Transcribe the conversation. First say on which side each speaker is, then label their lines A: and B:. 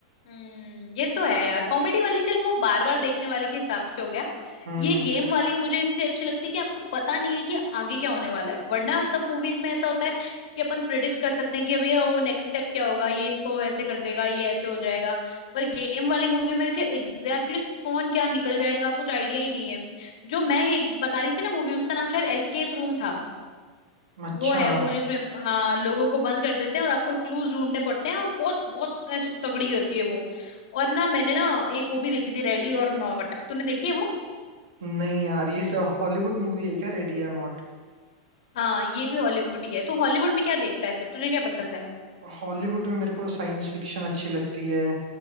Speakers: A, on the left; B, on the right.
A: हम्म ये तो है यार कॉमेडी वाली चल वो बार बार देखने वाले के हिसाब से हो गया
B: हम्म
A: ये गेम वाली मुझे इसलिए अच्छी लगती है कि आपको पता नहीं है कि आगे क्या होने वाला है वरना सब मूवीज में ऐसा होता है कि अपन प्रिडिक्ट कर सकते हैं कि अभी वो नेक्स्ट स्टेप क्या होगा ये इसको ऐसे कर देगा ये ऐसे हो जाएगा पर गेम वाली मूवी में कि एग्जैक्टली कौन क्या निकल जाएगा कुछ आइडिया ही नहीं है जो मैं ये बता रही थी ना मूवी उसका नाम शायद एस्केप रूम था
B: अच्छा
A: वो है वो जिसमें हाँ लोगों को बंद कर देते हैं और आपको क्लूज ढूंढने पड़ते हैं और बहुत बहुत ऐसी तगड़ी होती है वो और ना मैंने ना एक वो भी देखी थी रेडी और नॉट तूने देखी है वो
B: नहीं यार ये सब हॉलीवुड मूवी है क्या रेडी या नॉट
A: हाँ ये भी हॉलीवुड ही है तो हॉलीवुड में क्या देखता है फिर तुझे क्या पसंद है
B: हॉलीवुड में मेरे को साइंस फिक्शन अच्छी लगती है